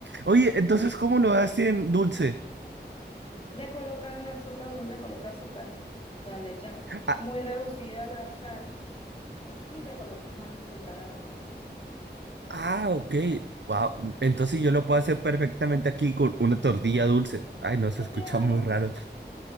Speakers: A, on the right; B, on the left.
A: oye, entonces, ¿cómo lo hacen dulce?
B: Le colocan azúcar, uno le coloca azúcar, o sea, le echas
A: Ah,
B: muy reducida la sal y le colocas más azúcar a la masa.
A: ah, ok. Wow, entonces yo lo puedo hacer perfectamente aquí con una tortilla dulce. Ay, no,
B: Es
A: se escucha
B: claro.
A: muy raro.